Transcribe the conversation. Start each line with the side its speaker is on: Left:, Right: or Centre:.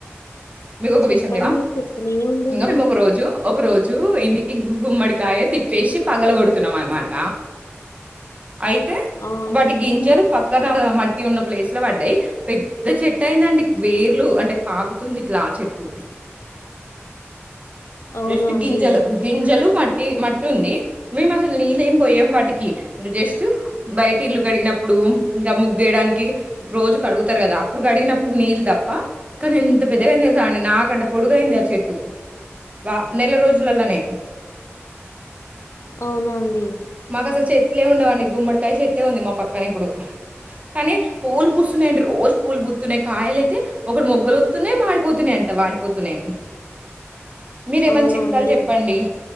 Right: మీకు ఒక
Left: చెప్పండి
Right: విషయంవా
Left: మీరు చెప్తూనే ఉండండి
Right: ఇం మేము ఒక రోజు ఒక రోజు ఇంది గు గుమ్మడికాయ తిప్పేసి పగలు కొడుతున్నాం అనమాట అయితే
Left: ఆ,
Right: వాటి
Left: చెప్పండి
Right: గింజలు
Left: ఇంకా
Right: పక్కన మట్టి ఉన్న ప్లేస్ చేత్ల పడ్డాయి పెద్ద చెట్ అయిందండి వేర్లు అంటే పాకు తుంది ఇట్ల ఆ చెట్టు
Left: అవునా
Right: జేస్ట్
Left: అండి
Right: గింజలు గింజలు ఆ మట్ చెట్టు ఉంది మేము అసలు నీళ్ళు ఏం పోయ్యం వాటికి. అంటే జస్ట్ బయట ఇల్లు కడిగినప్పుడు, ఇంకా ముగ్గేయడానికి, రోజు కడుగుతారు కదా! అప్పుడు కడిగినప్పుడు నీళ్ళు తప్ప కానీ, ఇంత పెద్దగఅయింది తెలుసా అండి. నాకంటే పొడుగయింది ఆ చెట్టు. వా నెల రోజులలోనే
Left: అవునండి
Right: మాకు అసలు చెట్లే ఉండవండి గుమ్మడికాయ చెట్టే ఉంది. మా పక్కన ఇప్పుడు. కానీ పూలు పూస్తున్నాయండి. రోజు పూలు పూతున్నాయి. కాయలు అయితే ఒకటి గుల్ తున్నాయి మాడిపోతున్నాయి అంట. వాడిపోతున్నాయి. <inaudible> మీరు ఏమన్నా
Left: అవునా
Right: చిట్కాలు
Left: అండి
Right: చెప్పండి.